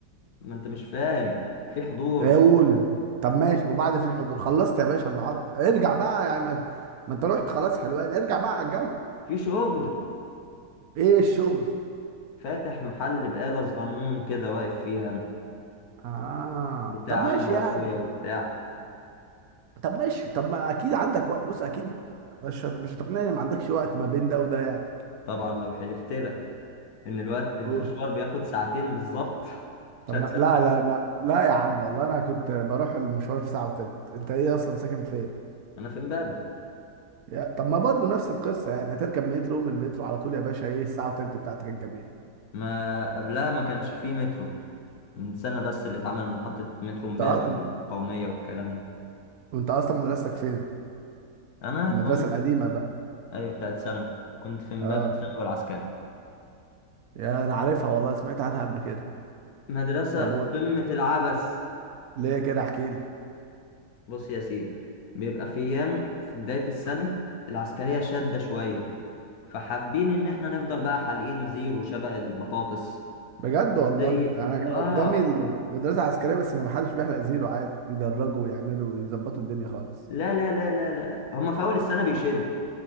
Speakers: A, on the left (about 65°); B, on the right (about 70°).
A: ما انت مش فاهم في حضور
B: إيه، قول انت طب ماشي وبعد في الحضور خلصت يا باشا المحاضرة ارجع بقى يعني ما, ما انت رحت خلاص حلوان ارجع بقى على الجامعة
A: في شغل
B: ايه الشغل
A: فاتح محل بقالة صغنون كده واقف فيه أنا
B: اه
A: بتاع
B: طب ماشي
A: أنا وأخويا
B: يعني
A: وبتاع
B: طب ماشي طب ما اكيد عندك وقت بص اكيد مش هت- مش هتقنعني ما عندكش وقت ما بين ده وده يعني
A: طبعا لو حلفت لك ان الوقت المشوار
B: أوه.
A: بياخد ساعتين بالظبط
B: طب
A: مش هتصدق
B: ما لا لا ما لا يا عم والله انا كنت بروح المشوار في ساعة وتلت انت ايه اصلا ساكن فين
A: انا في امبابة
B: يا طب ما برضو نفس القصة يعني هتركب مترو من المترو على طول يا باشا ايه الساعة وتلت بتاعتك الجميلة
A: ما قبلها ما كانش فيه مترو من سنة بس اللي اتعمل محطة مترو امبابة
B: طب
A: والقومية والكلام ده
B: وانت اصلا مدرستك فين
A: انا
B: المدرسة
A: كنت
B: القديمة بقى
A: ايوه بتاعت ثانوي كنت في امبابة
B: اه
A: الثانوي العسكري
B: يا انا عارفها والله سمعت عنها قبل كده
A: مدرسة
B: طب
A: في
B: و...
A: قمة العبث
B: ليه كده احكي لي
A: بص يا سيدي بيبقى في ايام في بداية السنة العسكرية شادة شوية فحابين ان احنا نفضل بقى حالقين زيرو شبه البطاطس
B: بجد
A: زي
B: والله انا كان
A: اه
B: قدامي المدرسه عسكريه بس ما حدش بيحلق زيرو عادي يدرجوا ويعملوا ويظبطوا الدنيا خالص
A: لا لا لا لا لا لا. هما في اول السنة بيشدوا